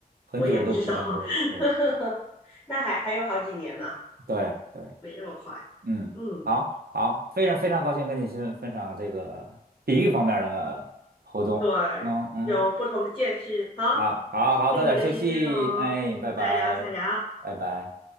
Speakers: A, on the right; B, on the left.
A: 很久都不关注了。
B: 我也不知道，
A: 对
B: <laughs> 那还还有好几年呢，
A: 对对，
B: 没那么快。
A: 嗯，
B: 嗯，
A: 好好，非常非常高兴跟你分分享这个体育方面的活动。
B: 对，
A: 嗯嗯，
B: 有不同的见识。好，
A: 好好好，
B: 谢谢你的时间哦，
A: 早点休息，哎，拜拜，
B: 再聊再聊。
A: 拜拜。